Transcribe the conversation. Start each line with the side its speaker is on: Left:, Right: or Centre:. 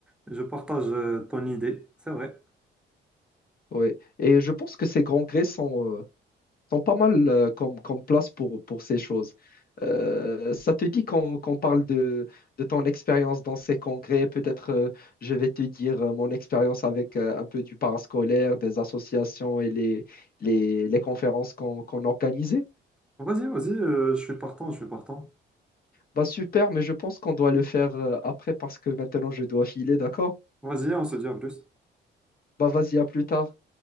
Centre: Je partage euh, ton idée. C'est vrai.
Left: Ouais. Et je pense que ces grands grés sont, euh, sont pas mal euh, comme, comme place pour, pour ces choses. Euh, ça te dit qu'on qu'on parle de, de ton expérience dans ces congrès. Peut-être euh, je vais te dire euh, mon expérience avec euh, un peu du parascolaire, des associations et les, les, les conférences qu'on qu'on organisait.
Centre: Vas-y, vas-y, euh, je suis partant, je suis partant.
Left: Bah super, mais je pense qu'on doit le faire euh, après parce que maintenant je dois filer, d'accord?
Centre: Vas-y, on se dit à plus.
Left: Bah vas-y, à plus tard.